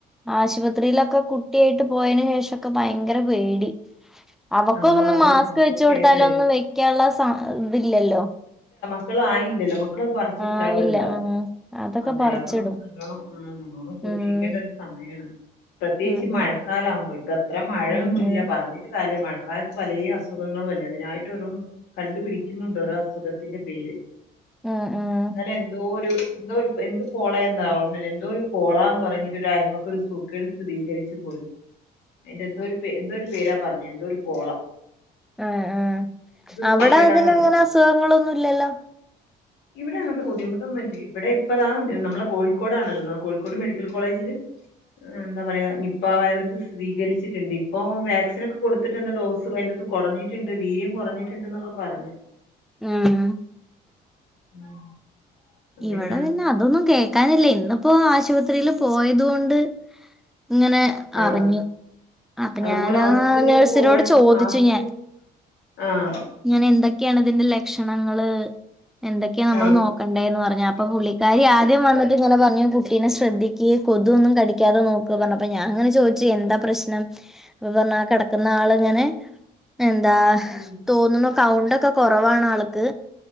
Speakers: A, in the centre; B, on the left (about 80°).
A: ആശുപത്രിയിലൊക്കെ കുട്ടിയായ്ട്ട് പോയെന് ശേഷൊക്കെ ഭയങ്കര പേടി. അവക്ക്
B: ആഹ്
A: ഒന്നും
B: അതന്നെ
A: മാസ്ക്
B: മക്കൾക്ക്
A: വെച്ചൊടുത്താലൊന്നും
B: വേഗം വരും
A: വെക്കാനുള്ള സ ഇതില്ലല്ലോ.
B: മക്കളായില്ലല്ലോ മക്. മക്കള് പറിച്ചിട്ടാളു
A: ആഹ് ഇല്ല
B: എന്തായാലും
A: ആഹ് അതൊക്കെ
B: അതെ
A: പറിച്ചിടും
B: അപ്പൊ നമ്മൾ നല്ലോണ്ണം നല്ലോണം സൂക്ഷിക്കേണ്ട
A: ഉം
B: ഒരു സ <unintelligible> പ്രത്യേകിച്ചി
A: അതെ
B: മഴക്കാല ആവുമ്പോ ഇപ്പ എത്ര മഴയൊന്നുല്ല
A: ഉം ഉം
B: പറഞ്ഞിട്ട്കാര്യല്ല മഴ കായത്ത് പലെ അസുഖങ്ങളുഅല്ലേ അതിനായിട്ട് ഒരു കണ്ടുപിടിക്കുന്നുണ്ട് ഓരോ അസുഖത്തിന്റെ പേര്.
A: ആഹ് ആഹ്
B: ഇന്നലെ എന്തോ ഒരു എന്തോര് എന്ത് പോള എന്താവോ ഇന്നലെ എന്തോ ഒരു പോളാന്ന് പറഞ്ഞിട്ട് ഒരയ്മക്കൊരു സൂക്കേട് സ്ഥിതീകരിച്ച് പൊ അയ്ന്റെ എന്തോര് പെ എന്തോര് പേരാ പറഞേ എന്തോ ഒരു പോളാ.
A: ആഹ് ആ
B: സൂക്കേടാന്ന്
A: അവിടെ അതിന്
B: അറിയില്ല
A: അങ്ങനെ അസുഖങ്ങളൊന്നുല്ലല്ലോ.
B: ഇവിടെ അങ്ങനത്തെ ബുദ്ധിമുട്ടൊന്നും ഇല്ലേ ഇവിടെ ഇപ്പതാ നമ്മളെ കോഴിക്കോടാണള്ള കോഴിക്കോട് മെഡിക്കൽ കോളേജില് എന്താ പറയാ നിപ്പ വൈറസ് സ്ഥിദീകരിച്ചിട്ട്ണ്ട്. ഇപ്പോവാക്സിനൊക്കെ കൊട്ത് ത്തിട്ട് എന്താ ഡോസ് അയ്റ്റാത്ത് കൊടഞ്ഞിട്ട്ണ്ട് വീര്യം കൊറഞ്ഞിട്ട്ണ്ട് ന്നൊക്കെ പറഞ്.
A: ആഹ്
B: ഉം അങ്ങനെയാണ്
A: ഇവിടെ പിന്നെ അതൊന്നും കേക്കാനില്ല. ഇന്നിപ്പോ ആശുപത്രിയില് പോയതൊണ്ട് ഇങ്ങനെ
B: ആഹ്
A: അറിഞ്ഞു. അപ്പ
B: അതുപോലെ
A: ഞാനാ
B: ഹോസ്പിറ്റലിലൊക്കെ
A: നേഴ്സിനോട്
B: പോവാണെങ്കിൽ
A: ചോദിച്ചു
B: മാസ്ക്
A: ഞാൻ
B: ആഹ്
A: ഇങ്ങനെന്തൊക്കെയാണ് ഇതിന്റെ ലക്ഷണങ്ങള് എന്തൊക്കെയാ നമ്മള്
B: ആഹ്
A: നോക്ക- എന്ന് പറഞ് അപ്പം പുള്ളിക്കാരി ആദ്യം വന്ന്ട്ട് ഇങ്ങനെ പറഞ്ഞു കുട്ടീനെ ശ്രദ്ധിക്ക് കൊതൊന്നും കടിക്കാതെ ന്നോക്ക് പറ ണപ്പ ഞാൻഇങ്ങനെ ചോയ്ചേ എന്താ പ്രശ്നം അപ്പ പറനു ആ കെടക്കുന്നആള്ങ്ങനെ എന്താ
B: ഉം
A: തോന്നുണു കൗണ്ടൊക്കെ കൊറവാണ് ആൾക്ക്